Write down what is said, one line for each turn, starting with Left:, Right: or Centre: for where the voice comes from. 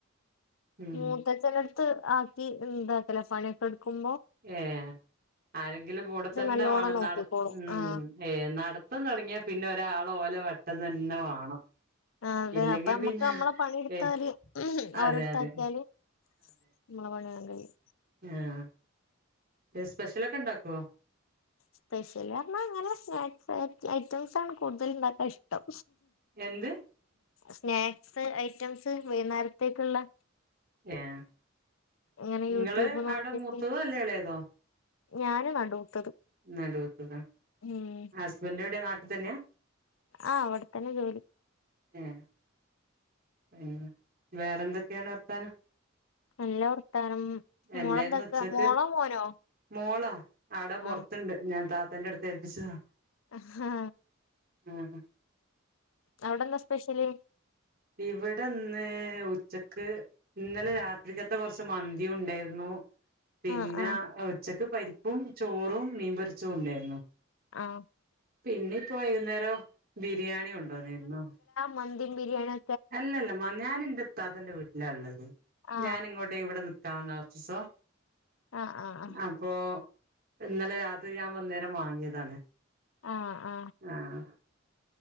Right: ഉം
Left: മൂത്തച്ചനടുത്ത് ആക്കി എന്താക്കല പണിയെക്ക എട്ക്കുമ്പോ
Right: ഏഹ് ആരെങ്കിലും കൂട തന്നെ
Left: നല്ലോണം
Right: വേണം
Left: നോക്കിക്കോളും
Right: നടത് ഉം
Left: ആഹ്
Right: ഏഹ് നടത്തം തൊടങ്ങിയാ പിന്ന ഒരാള് ഓല വെട്ടം തന്ന വാണം
Left: ആതെ
Right: ഇല്ലെങ്കി
Left: അപ്പ നമ്മക്ക്
Right: പിന്നെ
Left: നമ്മള പണിയെടുത്താല്
Right: ഏഹ് അതെ
Left: ഓരട്ത്താക്കിയാല്
Right: അതെ
Left: നമ്മള പണി വേഗം കഴിയും
Right: ഞാഹ് സ്പെഷ്യലെക്ക എണ്ടാക്കുവോ
Left: സ്പെഷ്യല് പറഞ്ഞ അങ്ങനെ സ്നാക്ക്സ് ഐ ഐറ്റംസാണ് കൂട്തലിണ്ടാക്കാൻ ഇഷ്ടം
Right: എന്ത്
Left: സ്നാക്സ് ഐറ്റംസ് വൈന്നേരത്തേ‌ക്കിള്ള
Right: ഏഹ്
Left: ഇങ്ങനെ
Right: നിങ്ങള്
Left: യൂട്യൂബ് നോക്കിട്ട്
Right: അവട മൂത്തതോ അല്ല എളേതോ
Left: ഞാന് നടൂത്തത്
Right: നടൂത്തതാ
Left: ഉം
Right: ഹസ്ബന്റെവ്ടെ നാട്ടി തന്നെയാ
Left: ആഹ് അവടത്തന്നെ ജോലി
Right: ഏഹ് ഉം വേറെന്തക്കെയാണ് വർത്താനം
Left: നല്ല വർത്താനം
Right: എന്തായിരുന്നു
Left: മോളെന്താക്ക
Right: ഉച്ചക്ക്
Left: മോളോ മോനോ
Right: മോളാ അവട പൊറത്തെണ്ട്
Left: ആ
Right: ഞാൻ താത്തന്റട്ത്ത് ഏൽപ്പിച്ചതാ
Left: അഹാ
Right: ആഹ്
Left: അവടെന്താ സ്പെഷ്യല്
Right: ഇവടെന്ന് ഉച്ചക്ക് ഇന്നല രാത്രിക്കത്ത കൊറച്ച് മന്തി ഉണ്ടാര്ന്നു പിന്ന
Left: ആ ആ
Right: ഉച്ചക്ക് പരിപ്പും ചോറും മീൻപൊരിച്ചതും ഉണ്ടാര്ന്നു
Left: ആഹ്
Right: പിന്നിപ്പോ വൈക്ന്നേരം ബിരിയാണി കൊണ്ടോന്നിര്ന്നു
Left: മന്തീം ബിരിയാണി
Right: അല്ലല്ല മ ഞാനന്റ ഇത്താത്തന്റ വീട്ടിലാ ഇള്ളത്
Left: ആ
Right: ഞാന് ഇങ്ങോട്ടെ ഇവട നി ക്കാൻ വന്ന കൊറച്ചോസം
Left: ആഹ് ആഹ്
Right: അപ്പോ ഇന്നല രാത്രി ഞാം വന്നേരം വാങ്ങിയതാണ്
Left: ആഹ് ആഹ്
Right: ആഹ്